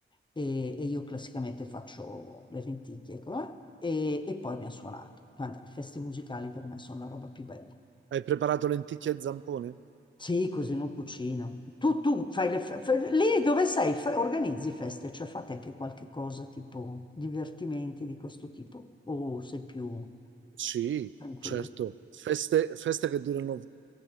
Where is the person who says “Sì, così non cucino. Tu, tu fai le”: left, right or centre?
Left